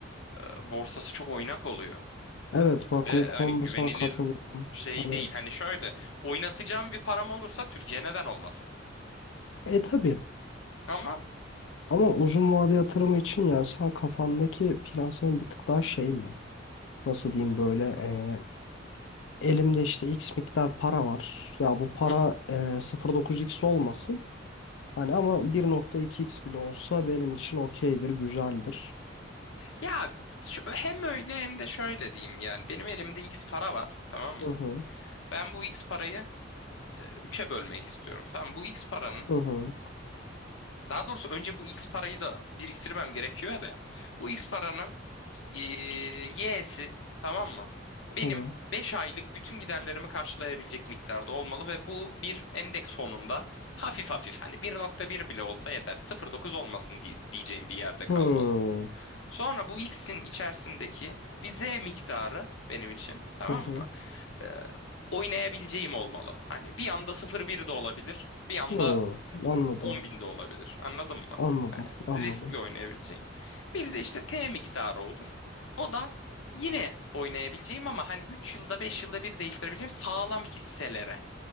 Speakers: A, on the left; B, on the left.
A: e, borsası çok oynak oluyor.
B: Evet bak
A: Ve
B: o konuda
A: hani güvenilir
B: sana katılıyorum.
A: şey
B: Hani
A: değil. Hani şöyle oynatacağım bir param olursa Türkiye neden olmasın?
B: e tabii.
A: Ama
B: Ama uzun vade yatırımı için yani sen kafandaki plan senin bir tık daha şey mi? Nasıl diyeyim böyle e, elimde işte X miktar para var. Ya bu para
A: hı hı.
B: e, sıfır virgül dokuz x olmasın. Hani ama bir nokta iki x bile olsa benim için okeydir, güzeldir.
A: Ya şu- hem öyle hem de şöyle diyeyim yani benim elimde X para var tamam
B: Hı hı,
A: mı? Ben bu X parayı e, üç'e bölmek istiyorum. Tamam bu X paranın
B: hı hı,
A: Daha doğrusu önce bu X parayı da biriktirmem gerekiyor ya da ya. Bu X paranın e, Y'si tamam mı? Benim
B: tamam.
A: 5 aylık bütün giderlerimi karşılayabilecek miktarda olmalı ve bu bir endeks fonunda hafif hafif hani bir nokta bir bile olsa yeter sıfır nokta dokuz olmasın diye- diyeceğim bir yerde kalmalı.
B: Hı hı,
A: Sonra bu X'in içerisindeki bir Z miktarı benim için tamam
B: hı hı,
A: mı? Ee, oynayabileceğim olmalı. Hani bir anda 0.1 de olabilir, bir anda
B: hı. Anladım,
A: 10 binde olabilir. Anladın mı?
B: anladım,
A: Hani
B: anladım.
A: riskli oynayabileceğim. Bir de işte T miktarı olur. O da yine oynayabileceğim ama hani 3 yılda 5 yılda bir değiştirebileceğim sağlam hisselere.